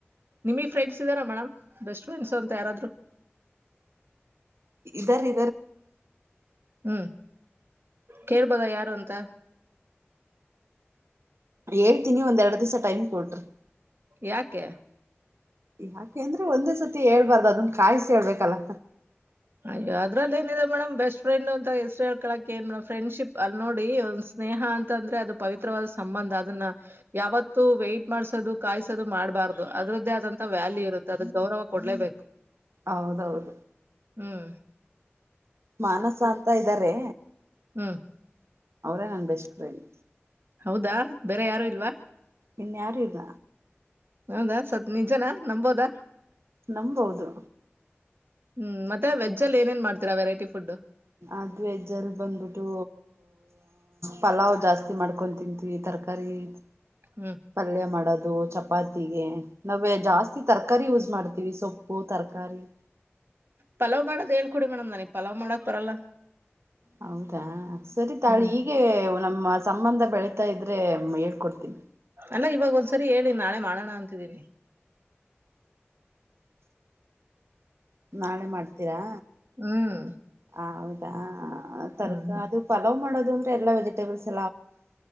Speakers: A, on the right (about 55°); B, on the right (about 75°).
A: ನಿಮಗ್ ಫ್ರೆಂಡ್ಸ್ ಇದ್ದಾರಾ ಮೇಡಮ್ ಬೆಸ್ಟ್ ಫ್ರೆಂಡ್ಸ್ ಅಂತ ಯಾರಾದ್ರು
B: ಇದ್ದರರೆ
A: ಹ್ಮ್ ಕೇಳ್ಬೋದ ಯಾರು ಅಂತ
B: ಹಳ್ತೀನಿ ಒಂದ ಎರಡು ದಿವಸ ೈಮ್ ಕೊಟರು
A: ಯಾಕೆ
B: ಯಾಕೆ ಅಂದ್ರೆ ಒಂದೇ ಸತಿ ಹೇಳ್ಬಾರ್ದು ಅದನ್ ಕಾಯಸ ಹೇಳ್ಬೇಕಲ್ಲ
A: ಅಯ್ಯೋ ಅದಲ್ಲಿ ಏನಿದೆ ಮೇಡಮ್ ಬೆಸ್ ಫ್ರೆಂಡ್ ಅಂತ ಹೆಸರುೇಳ್ಳಕಕ್ ನ್ ಮೇಡ ಫ್ರೆಂಡ್ಶಿಪ್ ಅಲ್ಲಿೋಡಿಂದ್ ಸ್ನೇಹ ಸ್ನೇಹ ಅಂತ ಅಂದ್ರೆ ಅದು ಪವಿತ್ರವಾದ ಸಂಬಂಧ ಅದನ್ನ ಯಾವತ್ತು ವೈಟ್ ಮಾಡ್ಸೋದು ಕಾಯಸೋದು ಮಾಡ್ಬಾರ ಹೌದು ಅದ್ರದ್ದೇ ಆದಂತ ವ್ಯಾಲ್ಯೂ ಇರುತ್ತೆ ಅದ ಗೌರವ ಕೊಡ್ಲೇಬೇಕು
B: ಹೌದೌದು
A: ಹ್ಮ್
B: ಮಾನಸ ಅಂತ ಇದಾರೆ
A: ಹ್ಮ
B: ಅವರೇ ನನ್ ಬೆಸ್ಟ್ ಫ್ರೆಂಡ್
A: ಹೌದಾ ಬೇರೆ ಯಾರು ಇಲ್ವಾ
B: ಇನ್ನ ಯಾರ ಇದ
A: ಹೌದಾ ಸತ್ ನಿಜನಾ ನಂಬಂಬೋದ
B: ನಂಬಂಬೌದು
A: ಹ್ಮ್ ಮತ್ತೆ ವೆಜ್ ಅಲ್ಲಿ ಏನಏನ್ ಮಾಡ್ತೀರ ವೆರೈಟಿ ಫುಡ್
B: ಅದ್ ವೇಜ್ಜಲ್ ಬಂದ್ಬಿಟ್ಟು ಪಲಾವ್ ಜಾಸ್ತಿ ಮಾಡ್ಕೊ ತಿಂತವಿ ಈ ತರ ತಯ
A: ಹ್ಮ್
B: ಮಾಡ ಚಾತಿ ನ ಜಾಸ್ತಿ ತರ ಕರಿ ಯೂಸ್ ಮಾಡ್ತೀವಿ ಸೊಪ್ಪು.. ತರಕಾರಿ
A: ಪಲಾವ್ ಮಾಡದ ಹೇಳ್ಕೊಡಿ ಮೇಡಮ್ ನನಗ್ ಪಲಾವ್ ಮಾಡಕ್ ಬರಲ್ಲ..
B: ಹೌದಾ ಸರಿ ತಾಳೆ
A: ಹ್ಮ್
B: ಹೀಗೆ ನಮ್ಮ ಸಂಬಂಧ ಬೆಳತಾ ಇದ್ರೆ.. ಆದ್ರೆ ಹೇಳ್ಕೊಡ್ತೀನಿ.
A: ಅಲ್ಲ ಇವಾಗ ಒಂದ್ಸರಿ ಹೇಳಿ ನಾಳೆ ಮಾಡೋಣ ಅಂತಿದೀನಿ.
B: ನಾಳೆ ಮಾಡ್ತೀರಾ..
A: ಹ್ಮ್
B: ಹ ಹೌದಾ ತರಕ
A: ಹ್ಮ್ ಹ್ಮ್
B: ಅದು ಪಲಾವ್ ಮಾಡೋದು ಅಂದ್ರೆ ಎಲ್ಲ ವ.. ವೆಜಿಟೇಬಲ್ಸ್